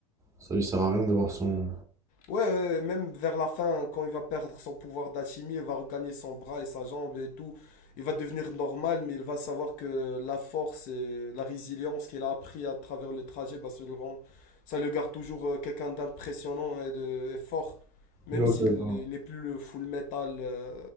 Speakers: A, on the right; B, on the left.
A: ça lui sert à rien d'avoir son.
B: Ouais, ouais, ouais, même vers la fin, quand il va perdre son pouvoir d'alchimie, il va regagner son bras et sa jambe et tout. Il va devenir normal, mais il va savoir que la force et la résilience qu'il a appris à travers le trajet, bah, ça le rend- ça le garde toujours euh, quelqu'un d'impressionnant et de et fort, même
A: Ouais, ouais,
B: s'il
A: ouais.
B: il n'est plus le full metal euh,